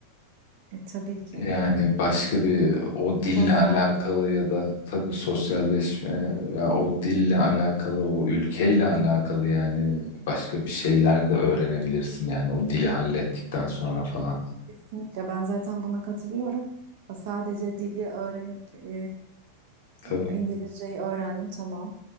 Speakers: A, on the right; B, on the left.
A: e, tabii ki.
B: Yani başka bir o dille
A: Sosyal
B: alakalı
A: doğa.
B: ya da tabii sosyalleşme ya o dille alakalı o ülkeyle alakalı yani başka bir şeyler de öğrenebilirsin yani o dili hallettikten sonra falan.
A: Kesinlikle ben zaten buna katılıyorum. Ha, Sadece dili öğrenip e,
B: Tabii.
A: e, İngilizceyi öğrendim tamam.